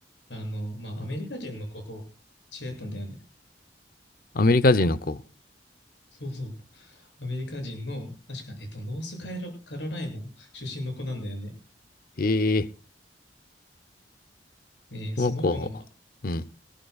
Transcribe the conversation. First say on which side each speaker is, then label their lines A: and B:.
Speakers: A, on the left; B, on the left.
A: あの、まあ、アメリカ人の子と知り合ったんだよね。
B: アメリカ人の子。
A: あ、そうそう。アメリカ人の、確か、えっと、ノースカイロカロライナの出身の子なんだよね。
B: ええ
A: ね、
B: この子。
A: その子の
B: うん。